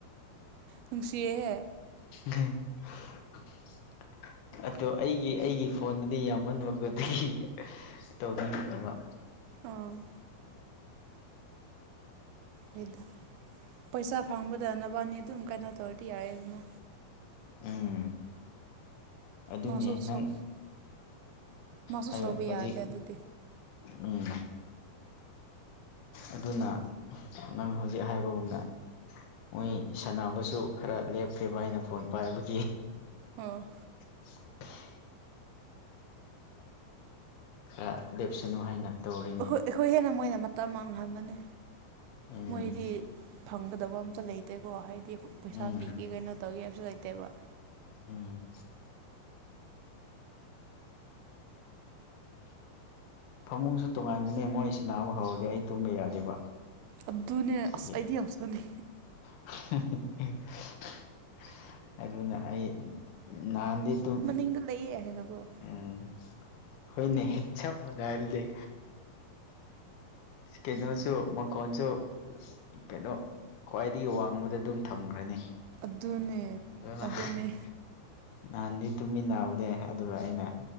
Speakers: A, on the right; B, on the left.
A: ꯅꯨꯡꯁꯤꯌꯦꯍꯦ
B: ꯍꯝ <unintelligible> ꯑꯣ ꯑꯩꯒꯤ ꯑꯩꯒꯤ ꯐꯣꯟꯗꯗꯤ ꯌꯥꯝꯃꯟꯕꯒꯗꯤ ꯇꯧꯅꯤꯡꯗꯔꯕ
A: ꯎꯝ ꯑꯩꯗ ꯄꯩꯁꯥ ꯐꯪꯕꯗ ꯅꯕꯅꯤ ꯑꯗꯨꯝ ꯀꯥꯏꯩꯅꯣ ꯇꯧꯔꯗꯤ ꯌꯥꯔꯦꯗꯅ
B: ꯎꯝ ꯑꯗꯨꯅꯦ
A: ꯃꯥꯁꯨ
B: ꯅꯪ
A: ꯃꯥꯁꯨ
B: ꯍꯥꯏꯕ
A: ꯁꯥꯎꯕ
B: ꯍꯧꯖꯤꯛ
A: ꯌꯥꯗꯦ ꯑꯗꯨꯗꯤ
B: ꯎꯝ ꯑꯗꯨꯅ ꯅꯪ ꯍꯧꯖꯤꯛ ꯍꯥꯏꯕꯒꯨꯝꯅ ꯃꯣꯏ ꯁꯥꯟꯅꯕꯁꯨ ꯈꯔ ꯂꯦꯞꯀꯕ ꯑꯩꯅ ꯐꯣꯟ ꯄꯥꯏꯕꯒꯤ
A: ꯑꯣ
B: <unintelligible> ꯈꯔ ꯂꯦꯞꯁꯅꯨ ꯍꯥꯏꯅ ꯇꯧꯔꯤꯅꯤ
A: ꯑꯩꯈꯣꯏ ꯑꯩꯈꯣꯏ ꯍꯦꯟꯅ ꯃꯣꯏꯅ ꯃꯇꯝ ꯃꯥꯡꯍꯟꯕꯅꯦ
B: ꯎꯝ
A: ꯃꯣꯏꯗꯤ ꯐꯪꯒꯗꯕ ꯑꯝꯇ ꯂꯩꯇꯦꯀꯣ ꯍꯥꯏꯗꯤ ꯄꯩꯁꯥ
B: ꯎꯝ
A: ꯄꯤꯒꯦ ꯀꯩꯅꯣ ꯇꯧꯒꯦ ꯍꯥꯏꯕꯁꯨ ꯂꯩꯇꯦꯕ
B: ꯎꯝ ꯐꯃꯨꯡꯁꯨ ꯇꯣꯉꯥꯟꯕꯅꯦ ꯃꯣꯏꯁꯥꯅꯥꯕ ꯍꯧꯔꯗꯤ ꯑꯩ ꯇꯨꯝꯕ ꯌꯥꯗꯦꯕ
A: ꯑꯗꯨꯗꯨꯅꯦ
B: ꯑꯗꯨꯒꯤ
A: ꯑꯁ ꯑꯩꯗꯤ ꯁꯥꯎꯅꯤ
B: <unintelligible> ꯑꯗꯨꯅ ꯑꯩ ꯅꯍꯥꯟꯗꯩ ꯇꯨꯝ
A: ꯌꯨꯝꯗ ꯂꯩꯌꯦ ꯍꯥꯏꯅꯀꯣ
B: ꯎꯝ ꯍꯣꯏꯅꯦ ꯆꯞ ꯃꯅꯔ‌ꯦꯅ‌ꯦ ꯀꯩꯅꯣꯁꯨ ꯃꯈꯣꯟꯁꯨ ꯀꯩꯅꯣ ꯈ꯭ꯋꯥꯏꯗꯒꯤ ꯋꯥꯡꯕꯗ ꯑꯗꯨꯝ ꯊꯝꯈ꯭ꯔꯅꯤ
A: ꯑꯗꯨꯅꯦ
B: ꯑꯗꯨ ꯅꯍꯥꯟꯗꯤ
A: ꯑꯗꯨꯅꯦ
B: ꯇꯨꯝꯃꯤꯟꯅꯕꯅꯦ ꯑꯗꯨꯒ ꯑꯩꯅ